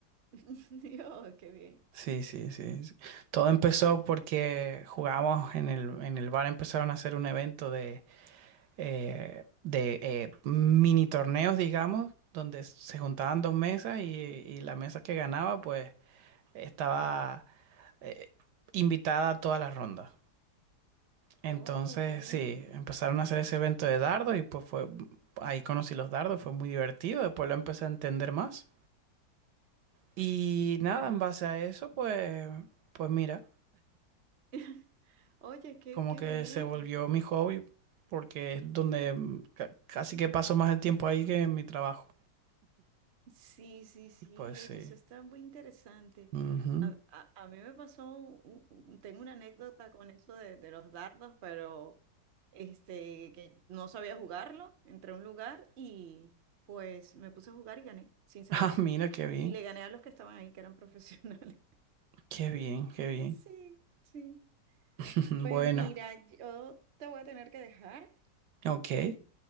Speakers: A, on the right (about 55°); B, on the right (about 75°).
A: <laughs> Dios, qué bien.
B: Sí, sí, sí. sí. Todo empezó porque jugábamos en el, en el bar, empezaron a hacer un evento de eh, de eh, mini torneos, digamos, donde se juntaban dos mesas y, y la mesa que ganaba, pues estaba eh, invitada a todas las rondas. Entonces,
A: Oh, bien.
B: sí, empezaron a hacer ese evento de dardos y pues fue, ahí conocí los dardos, fue muy divertido, después lo empecé a entender más. Y nada,
A: Ya.
B: en base a eso, pues, pues mira,
A: <laughs> Oye, qué,
B: como
A: qué
B: que
A: bien.
B: se volvió mi hobby, porque es donde mm, ca- casi que paso más el tiempo ahí que en mi trabajo.
A: Sí, sí, sí,
B: Pues sí.
A: oye, eso está muy interesante.
B: Ujú.
A: A, a- a mí me pasó, un- un- tengo una anécdota con eso de, de los dardos, pero este, que no sabía jugarlo, entré a un lugar y pues me puse a jugar y gané, sin saber.
B: Ah, <laughs> mira, qué bien,
A: Y le gané a los que estaban ahí, que eran profesionales. <laughs>
B: qué bien, qué bien.
A: Sí, sí.
B: <laughs>
A: Pues
B: Bueno,
A: mira, yo te voy a tener que dejar.
B: ok,
A: Eh,